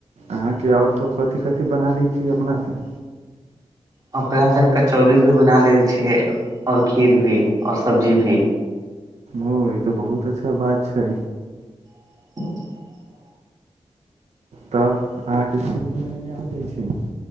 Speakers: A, on the right (about 85°); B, on the right (about 35°).
A: अहाँके आओर सभ कथी कथी बना लै छी अपनासँ
B: अपनासँ कचौड़ी भी बना ले छियै आओर खीर भी ओर सब्जी भी
A: ओ ई तऽ बहुत अच्छा बात छै
B: <inaudible>
A: तब आहाँ क खीर बनाबे आ जाइ छै